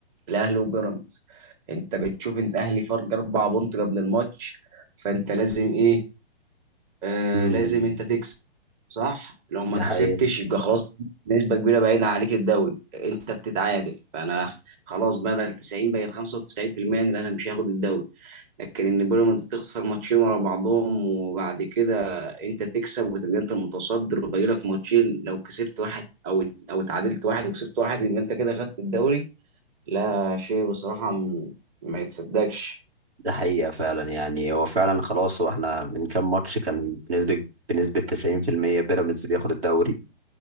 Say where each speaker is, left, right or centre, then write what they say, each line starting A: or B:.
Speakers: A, on the right; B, on the right.
A: الاهلي وبيراميدز انت بتشوف ان الاهلي فرق اربع بونت قبل الماتش فانت لازم ايه آه
B: امم
A: لازم انت تكسب صح لو ما
B: ده
A: كسبتش
B: حقيقة
A: يبقى خلاص نسبه كبيره بعيدة عليك الدوري انت بتتعادل فانا خلاص بدل 90 بقت 95% ان الاهلي مش هياخد الدوري لكن ان بيراميدز تخسر ماتشين ورا بعضهم وبعد كده انت تكسب وتبقى انت المتصدر وباقي لك ماتشين لو كسبت واحد او او اتعادلت واحد وكسبت واحد يبقى انت كده خدت الدوري لا شيء بصراحة م- ما يتصدقش
B: ده حقيقة فعلا يعني هو فعلا خلاص واحنا من كام ماتش كان بنسبة بنسبة 90% بيراميدز بياخد الدوري